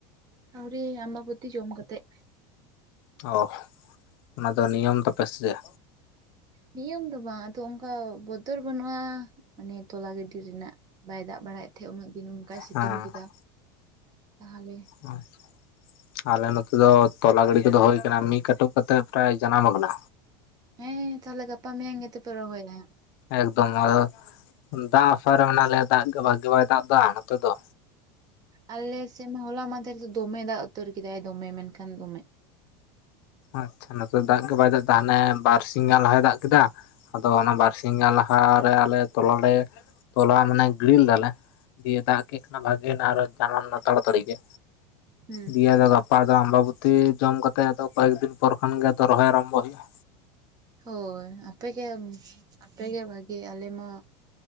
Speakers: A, on the right (about 30°); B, on the left (about 60°).
A: ᱟᱣᱨᱤ ᱟᱢᱵᱟᱵᱚᱛᱤ ᱡᱚᱢ ᱠᱟᱛᱮᱫ
B: ᱚ ᱚᱱᱟ ᱫᱚ ᱱᱤᱭᱚᱢ ᱛᱟᱯᱮ ᱥᱮ ᱪᱮᱫ
A: ᱱᱤᱭᱚᱢ ᱫᱚ ᱵᱟᱝ ᱟᱫᱚ ᱚᱱᱠᱟ ᱵᱚᱛᱚᱨ ᱵᱟᱹᱱᱩᱜᱼᱟ ᱢᱟᱱᱮ ᱛᱚᱞᱟ ᱜᱤᱰᱤ ᱨᱮᱱᱟᱜ ᱵᱟᱭ ᱫᱟᱜ ᱵᱟᱲᱟᱭᱮᱫ ᱛᱟᱦᱮᱸᱫ ᱩᱱᱟᱹᱜ ᱫᱤᱱ ᱚᱱᱠᱟᱭ ᱥᱤᱛᱩᱝ
B: ᱦᱮᱸ
A: ᱠᱮᱫᱟ ᱛᱟᱦᱚᱞᱮ
B: <unintelligible> ᱟᱞᱮ ᱱᱚᱛᱮ ᱫᱚ ᱛᱚᱞᱟ ᱜᱤᱰᱤ ᱠᱚᱫᱚ ᱦᱩᱭ ᱠᱟᱱᱟ ᱢᱤᱫ ᱠᱟᱹᱴᱩᱵ ᱠᱟᱛᱮ ᱯᱨᱟᱭ ᱡᱟᱱᱟᱢ ᱟᱠᱟᱱᱟ᱾
A: ᱦᱮᱸ ᱛᱟᱦᱚᱞᱮ ᱜᱟᱯᱟ ᱢᱮᱭᱟᱝ ᱜᱮ ᱛᱚᱯᱮ ᱨᱚᱦᱚᱭᱟ
B: ᱮᱠᱫᱚᱢ ᱟᱫᱚ ᱫᱟᱜ ᱟᱥᱟᱨᱮ ᱢᱮᱱᱟᱜ ᱞᱮᱭᱟ ᱫᱟᱜ ᱜᱮ ᱵᱷᱟᱜᱤ ᱵᱟᱭ ᱫᱟᱜ ᱮᱫᱟ ᱱᱚᱛᱮ ᱫᱚ
A: ᱟᱞᱮ ᱥᱮᱢᱟ ᱦᱚᱞᱟ ᱢᱫᱷᱮᱨ ᱫᱚ ᱫᱚᱢᱮ ᱫᱟᱜ ᱩᱛᱟᱹᱨ ᱠᱮᱫᱟᱭ ᱫᱚᱢᱮ ᱢᱮᱱᱠᱷᱟᱱ ᱫᱚᱢᱮ
B: ᱟᱪᱪᱷᱟ ᱱᱚᱛᱮ ᱫᱟᱜ ᱜᱮ ᱵᱟᱭ ᱫᱟᱜᱫᱟ ᱵᱟᱨ ᱥᱤᱧ ᱜᱟᱱ ᱞᱟᱦᱟᱭ ᱫᱟᱜ ᱠᱮᱫᱟ ᱟᱫᱚ ᱚᱱᱟ ᱵᱟᱨᱥᱤ ᱜᱟᱱ ᱞᱟᱦᱟᱨᱮ ᱟᱞᱮ ᱛᱚᱞᱟ ᱛᱚᱞᱟ ᱢᱟᱱᱮ ᱜᱤᱲ ᱞᱮᱫᱟᱞᱮ ᱫᱤᱭᱮ ᱫᱟᱜ ᱠᱮᱜᱠᱷᱟᱱᱮ ᱵᱷᱟᱜᱮᱱᱟ ᱟᱨᱚ ᱡᱟᱱᱟᱢ ᱮᱱᱟ ᱛᱟᱲᱟ ᱛᱟᱹᱲᱤ ᱜᱮ
A: ᱦᱩᱸ
B: ᱫᱤᱭᱮ ᱫᱚ ᱜᱟᱯᱟ- -ᱜᱟᱯᱟ ᱟᱫᱚ ᱟᱢᱵᱟᱵᱩᱛᱤ ᱡᱚᱢ ᱠᱟᱛᱮ ᱟᱫᱚ ᱠᱚᱭᱮᱠ ᱫᱤᱱ ᱯᱚᱨ ᱠᱷᱟᱱ ᱜᱮ ᱟᱫᱚ ᱨᱚᱦᱚᱭ ᱟᱨᱟᱢᱵᱷᱚ ᱦᱩᱭᱩᱜᱼᱟ᱾
A: ᱦᱳᱭ ᱟᱯᱮᱜᱮ ᱟᱯᱮᱜᱮ ᱵᱷᱟᱹᱜᱤ ᱟᱞᱮ ᱢᱟ